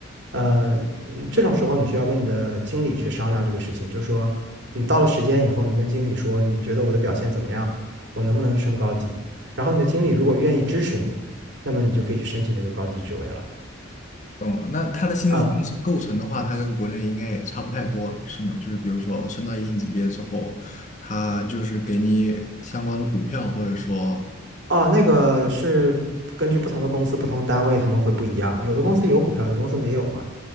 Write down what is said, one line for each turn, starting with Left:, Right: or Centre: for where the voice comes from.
Right: 呃嗯这种时候，你需要跟你的经理去商量这个事情，就是说你到了时间以后，你跟经理说你觉得我的表现怎么样，我能不能升高级？然后你的经理如果愿意支持你，那么你就可以去申请这个高级职位了。
Left: 懂了。那它的薪资构成构成的话，
Right: 呃
Left: 它跟国内应该也差不太多了，是吗？就是比如说升到一定级别之后，它就是给你相关的股票，或者说，
Right: 哦，那个是根据不同的公司、不同的单位，他们会不一样。有的公司有股票，有的公司没有嘛。